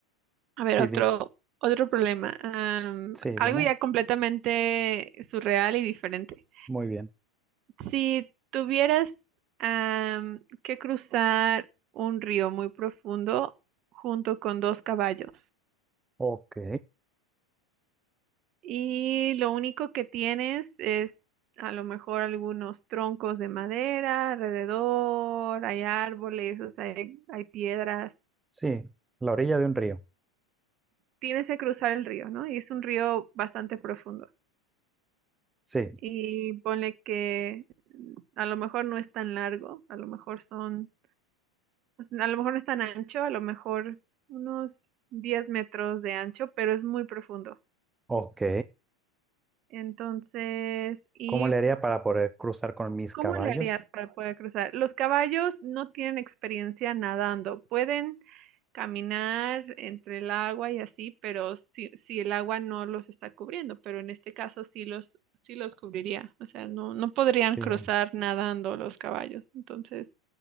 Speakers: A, on the right (about 45°); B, on the right (about 15°).
A: A
B: Sí,
A: ver, otro,
B: di-
A: otro problema. Am,
B: sí,
A: algo
B: dime.
A: ya completamente surreal y diferente.
B: Muy bien.
A: Si tuvieras am, que cruzar un río muy profundo junto con dos caballos
B: Ok.
A: y lo único que tienes es a lo mejor algunos troncos de madera alrededor, hay árboles, o sea, hay, hay piedras.
B: Sí. La orilla de un río.
A: Tienes que cruzar el río, ¿no? Y es un río bastante profundo.
B: Sí.
A: y ponle que mm, a lo mejor no es tan largo, a lo mejor son, a lo mejor no es tan ancho, a lo mejor unos 10 metros de ancho, pero es muy profundo.
B: Ok.
A: Entonces, y
B: ¿Cómo le haría para poder cruzar con mis
A: ¿Cómo
B: caballos?
A: le harías para poder cruzar? Los caballos no tienen experiencia nadando, pueden caminar entre el agua y así, pero si, si el agua no los está cubriendo, pero en este caso sí los, sí los cubriría, o sea, no, no podrían
B: Sí.
A: cruzar nadando los caballos, entonces,